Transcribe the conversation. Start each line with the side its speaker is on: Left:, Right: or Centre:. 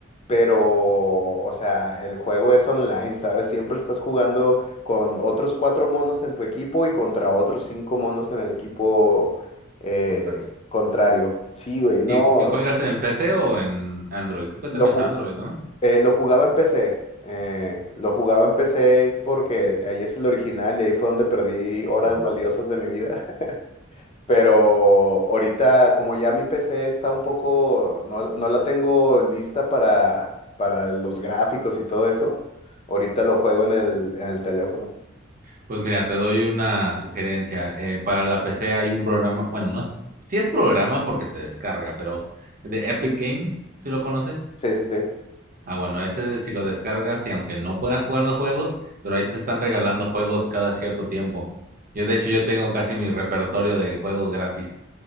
Left: pero, o sea, el juego es online, ¿sabes? Siempre estás jugando con otros cuatro monos en tu equipo y contra otros cinco monos en el equipo eh,
Right: Al contrario.
Left: contrario. Sí, güey, no.
Right: ¿Y, ju- y juegas en PC o en Android? Creo que
Left: Lo,
Right: también
Left: ju-
Right: es Android, ¿no?
Left: eh, lo jugaba en PC. eh, lo jugaba en PC porque ahí es el original y ahí fue donde perdí horas
Right: Oh.
Left: valiosas de mi vida. Pero ahorita, como ya mi PC está un poco, no, no la tengo lista para, para los gráficos y todo eso, ahorita lo juego en el, en el teléfono.
Right: Pues mira, te doy una sugerencia. Eh, para la PC hay un programa, bueno, no es, sí es programa porque se descarga, pero de Epic Games, ¿sí lo conoces?
Left: Sí, sí, sí.
Right: Ah, bueno, ese si lo descargas y aunque no puedas jugar los juegos, pero ahí te están regalando juegos cada cierto tiempo. Yo, de hecho, yo tengo casi mi repertorio de juegos gratis.